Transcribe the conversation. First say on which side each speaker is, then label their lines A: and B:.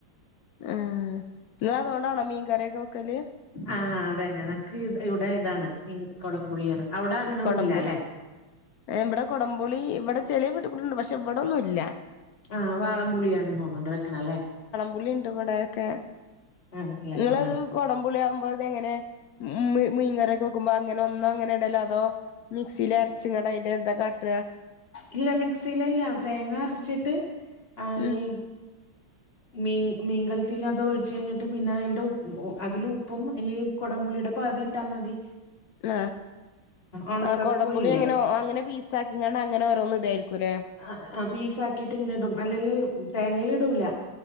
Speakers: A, on the left (about 80°); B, on the left (about 30°).
A: ആഹ് നിങ്ങള അതുണ്ടാണോ മീൻ കറയൊക്കെ വെക്കല്?
B: ആഹ അതന്നെ നമക്ക്ത് ഇവിടെ ഇതാണ് നീ കൊടംപുളിയാണ് അവിടെ അങ്ങനെൊന്നുല്ലല്ലെ?
A: കൊടംപുളി ഇവിടെ കൊടംപുളി ഇവിടെ ചെല വീട്ടിക്കുടെണ്ട് പക്ഷെ ഇവിടെൊന്നുല്ല.
B: ആഹ് വാളം പുളിയണ തോന്നുണ്ട് വെക്കണല്ലേ.
A: പുളിണ്ട് ഇവിടെൊക്കെ
B: ആഹ് അല്ലെ
A: നിങ്ങ
B: ആഹ്
A: കൊടംപുളി ആവുമ്പോ അങ്ങനെ മ മീൻകറൊക്കെ വെക്കുമ്പോ അങ്ങനെ ഒന്നും അങ്ങനെ ഇടലോ അതോ മിക്സില് അരച്ചിങ്ങണ്ട് അതിന്റെ എന്താ കാട്ട
B: ഇല്ല മിക്സിലല്ല തേങ്ങ അരച്ചിട്ട് ആഹ്
A: ഉം
B: ഈ മീ മീങ്കലത്തിൽ അത് ഒഴിച്ചു കഴിഞ്ഞിട്ട് പിന്നെ അതിന്റെ ഉ അതില് ഉപ്പും ഈ കൊടംമ്പുള്ളിടെ പ്പതി ഇട്ടാ മതി.
A: ആഹ്
B: ഒണക്ക
A: ആഹ് കൊടംപുളി
B: പുളിയില്ലേ
A: അങ്ങനെ അങ്ങനെ പീസാക്കിങ്ങണ്ട് അങ്ങനെ ഓരോന്നും ഇടായിരിക്കുംല്ലേ?
B: ആഹ് ആഹ് പീസാക്കിയിട്ട് ഇങ്ങനെ ഇടും അല്ലെങ്കിൽ തേങ്ങൽ ഇടൂല